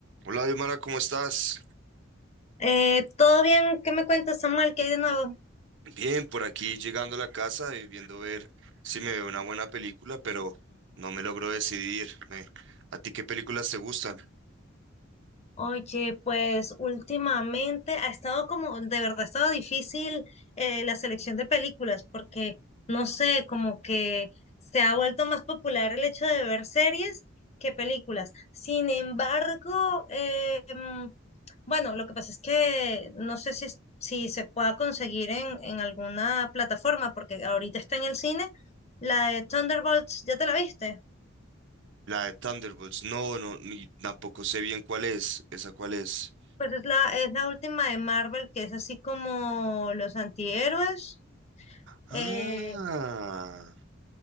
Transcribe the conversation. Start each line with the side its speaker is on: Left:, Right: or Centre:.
Right: Hola, Diomara, ¿cómo estás?
Left: Eh, ¿todo bien? ¿Qué me cuentas, Samuel? ¿Qué hay de nuevo?
Right: Bien, por aquí llegando a la casa y viendo ver si me veo una buena película, pero no me logro decidir. Me- ¿A ti qué películas te gustan?
Left: Oye, pues últimamente ha estado como, de verdad ha estado difícil eh, la selección de películas, porque no sé, como que se ha vuelto más popular el hecho de ver series que películas. Sin embargo, eh, mm, bueno, lo que pasa es que no sé si, si se pueda conseguir en, en alguna plataforma, porque ahorita está en el cine la de Thunderbolts, ¿ya te la viste?
Right: La de Thunderbolts. No, no, ni tampoco sé bien cuál es. ¿Esa cuál es?
Left: Pues es la, es la última de Marvel, que es así como los antihéroes.
Right: Ah,
Left: Eh,